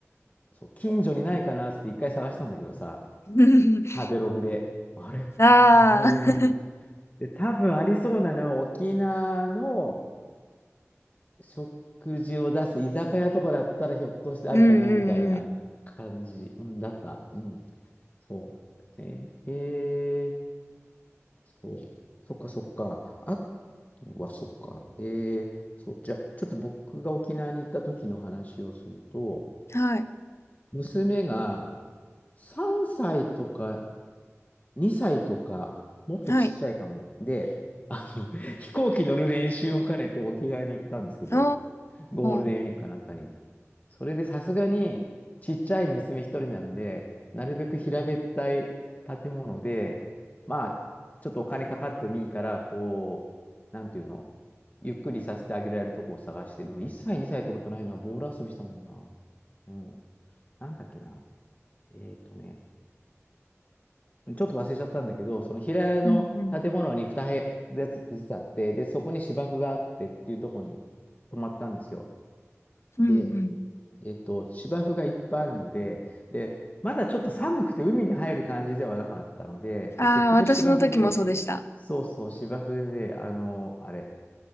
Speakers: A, on the left; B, on the left.
A: そう、近所にないかなって一回探したんだけどさ、
B: <laughs>
A: 食べログで、あれあんまりない。
B: ああ、
A: で、多分ありそうなのは沖縄の食事を出す居酒屋とかだったらひょっとしてあるかなみたいな感じ、
B: うんうんうん。
A: うん、だった。うん。そうなんだよね。へえ、そう。そっかそっか。あとはそっか。へえ、そう。じゃあ、ちょっと僕が沖縄に行った時の話をすると、
B: はい、
A: 娘が3歳とか、2歳とか、もっとちっちゃいかも。
B: はい。
A: で、あの、<laughs> 飛行機乗る練習を兼ねて沖縄に行ったんですけど、
B: お
A: ゴールデンウィークかなんかに。
B: ー。
A: それでさすがに、ちっちゃい娘一人なんで、なるべく平べったい建物で、まあ、ちょっとお金かかってもいいから、こう、なんていうの、ゆっくりさせてあげられるとこを探して、でも1歳、2歳ってことないな、ボール遊びしたもんな。うん。なんだっけな。えっとね、ちょっと忘れちゃったんだけど、その平屋の建物に2部屋ずつあって、
B: うんうん。
A: で、そこに芝生があってっていうところに泊まったんですよ。
B: うんうん。
A: で、えっと、芝生がいっぱいあるので、で、まだちょっと寒くて海に入る感じではなかったので、
B: ああ、
A: で、結局芝生で、
B: 私の時もそうでした。
A: そうそう、芝生でね、あの、あれ、